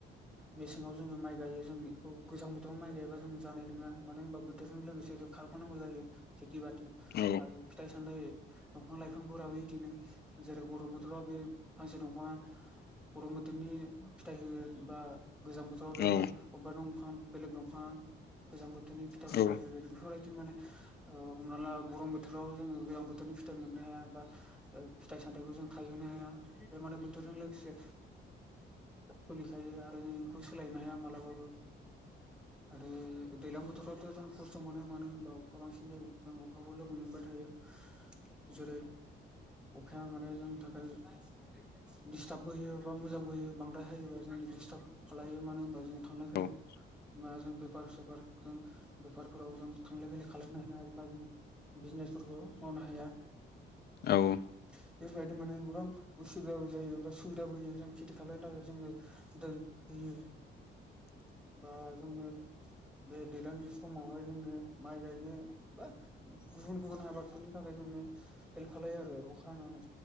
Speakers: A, in the centre; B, on the left.
A: मेसेङाव जोङो माइ गायो जों बेखौ गोजां बोथोराव माइ गायबा जों जानाय नङा मानो होनबा बेटजों लोगोसे जों खारफानांगौ जायो खेथि बाथि
B: औ
A: आरो फिथाइ सामथायाइ दंफां लाइफांफोराबो बिदिनो जेरै गरम बोथोराव बे फांसे दंा गरम बोथोरनि फिथाइ होयो बा गोजां बोथोराव बा
B: औ
A: अबेबा' दंफां बेलेग दंफां गोजां बोथोरनि फिथाइ
B: औ
A: सामथाइ बेफोरबायदि माने ओ हमना ला गरम बोथोराव जोङो गोलां बोथोरनि फिथायाइ मोननो हाया बा फिथाइ सामथायाइखौ जों खायहोनो हाया बे माने बोथोरजों लोगोसे फुलिखायो आरो बे खौ सोलायनो हाया मालाबाबो आरो दैज्लां बोथोरावथ' जों खस्थ' मोनो मानो होनबा अखा बांसिन जायो जों अखाखौो लोगो मोनबाय थायो जेरै अखाया मानाय जों थाखाय दिडिस्टार्बबो होयो बा मोजांबो होयो बांद्राय होायोबा जोंनि दिस्टार्ब खालायो मानो होनबा जोङो थांलाय फैलाय
B: औ
A: मा जों बेफार सेफार जों बेफारफोराव जों थांलाय फैलाय खालामायनो हायाा जों बिजनेसफोरबो मावनो हाया।
B: औ
A: बेफोरबायदि माने गोबां उसुबिदाबो जायो बा सुबिदाबो होयो जों खेथि खानो थाखाय जोंनो दै होयो बा जोंनो बे दैज्लांनि समावहाय जों माइ गायनो बा गुबुन गुबुन आबादफोरनि थाखाय जोंनो हेल्प खालामलायो आरो। नानै